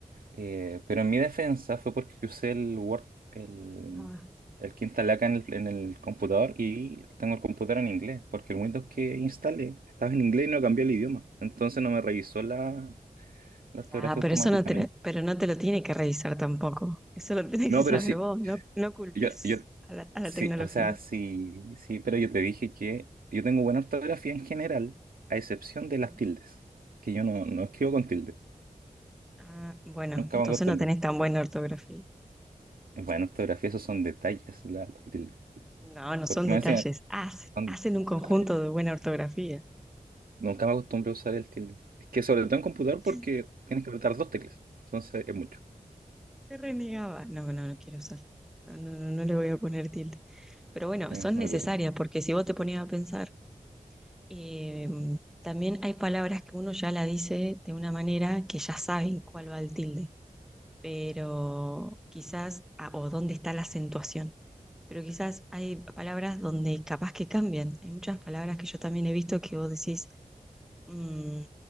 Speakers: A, on the right; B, in the centre.
A: Eh, pero en mi defensa fue porque usé el Word, el,
B: <laughs>
A: el que instalé acá en el, en el computador y tengo el computador en inglés, porque el Windows que instalé estaba en inglés y no cambié el idioma. Entonces no me revisó la, la ortografía
B: Ah, pero
A: automáticamente.
B: eso no te, lo- pero no te lo tiene que revisar tampoco. Eso lo <laughs> tienes
A: No,
B: que saber
A: pero sí,
B: vos. No, no culpes
A: Yo, yo,
B: a la, a la
A: sí,
B: tecnología.
A: o sea, sí, sí, pero yo te dije que yo tengo buena ortografía en general, a excepción
B: Ujú.
A: de las tildes, que yo no, no escribo con tilde,
B: Ah, bueno,
A: nunca
B: entonces
A: me acostumbro.
B: no tenés tan buena ortografía.
A: En buena ortografía esos son detalles, la- las tildes.
B: No, no son
A: Porque me
B: detalles.
A: decían,
B: Haz-
A: "Juan,
B: hacen un conjunto
A: ay,
B: de buena ortografía.
A: nunca me acostumbro a usar el tilde. Es que sobre todo en computador
B: <laughs>
A: porque tienes que apretar dos teclas, entonces es mucho.
B: Se renegaba. No, no, no quiero usar. No, no, no, no le voy a poner tilde. Pero bueno,
A: Sí,
B: son
A: no
B: necesarias
A: le puse tilde.
B: porque si vos te ponías a pensar, eh, también hay palabras que uno ya la dice de una manera que ya saben cuál va el tilde. pero quizás, ah, o dónde está la acentuación, pero quizás hay palabras donde capaz que cambian. Hay muchas palabras que yo también he visto que vos decís, mm,